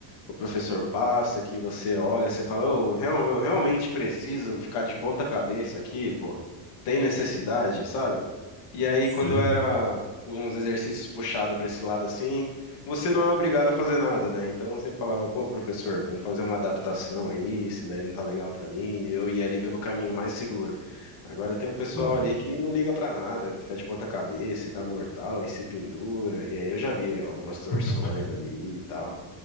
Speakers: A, on the left (about 75°); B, on the left (about 35°).
A: o professor passa, que você olha, você fala, "Ô, real- eu realmente preciso ficar de ponta cabeça aqui, pô. Tem necessidade, sabe? E aí,
B: sei,
A: quando era uns exercícios puxados para esse lado assim, você não é obrigado a fazer nada, né? Então eu sempre falava, pô, professor, vamos fazer uma adaptação aí, isso daí não tá legal para mim, e eu ia ali pelo caminho mais seguro. Agora tem um pessoal
B: sei,
A: ali que não liga para nada, fica de ponta cabeça, e dá mortal e se pendura, e aí eu já vi algumas torções
B: <laughs>
A: ali e tal.